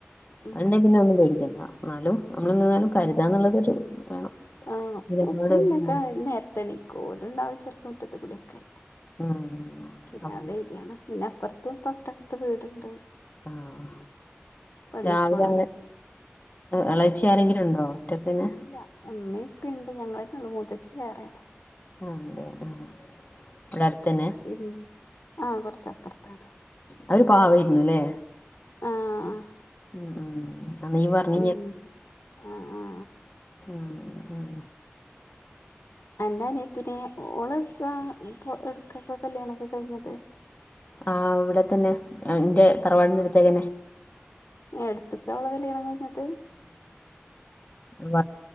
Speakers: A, on the left; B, on the left.
A: ഉം
B: അതൊണ്ടേ പിന്നെ ഒന്നും പേടിക്കണ്ടാ. എന്നാലും നമ്മളെന്നാലും കരുതാനുള്ളതൊരു വേണം.
A: ആഹ്
B: നിലപാട്
A: ഉപ്പേ ഉമ്മേ
B: വേണം.
A: ഒക്കെ നേരത്തെ എണിക്കും ഓര് ഉണ്ടാവും ചെലപ്പം മുറ്റത്ത് കുടിയൊക്കെ ആയിട്ട്.
B: ഉം
A: പിന്നെ
B: അപ്പൊ
A: ആ ധൈര്യയാണ് പിന്നെ അപ്പുറത്തു തൊട്ടടുത്ത് വീടുണ്ട്.
B: ഉം
A: പള്ളിക്കോണോലൊക്കെ
B: രാവിലെങ്ങു എളേച്ചി ആരെങ്കിലും ഉണ്ടോ ഒറ്റക്കന്നെ?
A: ഇല്ല ഉമ്മേ ഉപ്പേ ഉണ്ട് ഞങ്ങളൊന്നെയുള്ളു മൂത്തച്ചി വേറെയാണ്.
B: ഉണ്ട് ആഹ് ഇവിടെ അടുത്തന്നെയാ?
A: ഉം ആഹ് കൊറച്ച് അപ്പറത്താണ്.
B: അവര് പാവായിരുന്നുല്ലേ?
A: ആഹ് ആഹ്.
B: ഉം. ആഹ് നീ പറഞ്ഞു.
A: ഉം ആഹ്.
B: ഉം ഉം
A: അന്റെ അനിയത്തിന് ഓള എടുക്കാ ഈ എടക്കൊക്കെ കല്യാണൊക്കെ കഴിഞ്ഞത്.
B: ആ ഇവിടെതന്നെ എന്റെ തറവാടിനടുത്തേക്കന്നെ.
A: ഏടുത്തക്ക അവളെ കല്ല്യാണം കഴിഞ്ഞത്?
B: വ